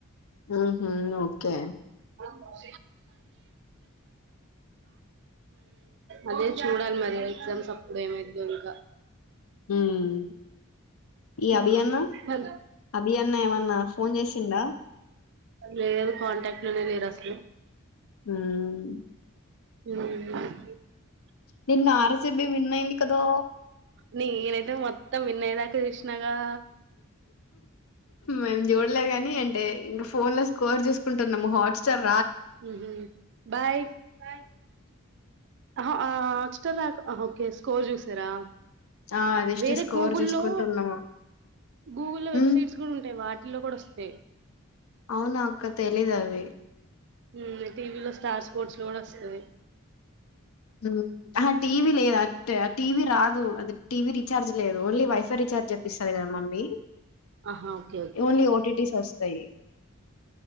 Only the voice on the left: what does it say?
ఉహూ ఓకే
ఉమ్ ఈ
అభియన్న
అభియన్న ఏమన్నా ఫోన్ చేసిండా
ఉమ్
నిన్న ఆరు ఆర్ సి బి విన్నయింది కదా
మేము చూడలే కాని అంటే ఇంకా ఫోన్ లో స్కోర్ చూసుకుంటున్నాము హాట్స్టార్
ఆ అదిష్టి
స్కోర్
చూసుకుంటున్నము
ఉమ్
అవునా అక్క తెలీదు అది
ఉమ్ టీవీ లేదు అట్ టీవీ రాదు అది టీవి రీచార్జ్ లేదు ఓన్లీ వైఫై రీచార్జ్ విసార గద మమ్మీ
ఓన్లీ ఓటిటీస్ వస్తయి